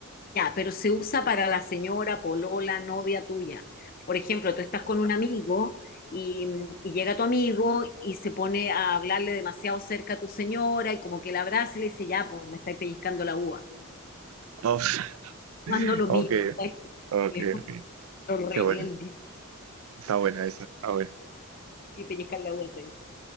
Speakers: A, on the left (about 40°); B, on the right (about 70°).
A: Ya, pero se usa para la señora, polola, novia tuya. Por ejemplo, tú estás con un amigo y, y llega tu amigo y se pone a hablarle demasiado cerca a tu señora y como que la abraza y le dice, ya, pues me estáis pellizcando la uva.
B: Oh, <laughs>
A: Cuando lo
B: ok,
A: mío, ¿sabes?
B: ok,
A: <laughs>
B: ok.
A: Es horrible
B: Qué buena.
A: el día
B: Está buena esa, está buena.
A: de pellizcar la uva. ¿sabes?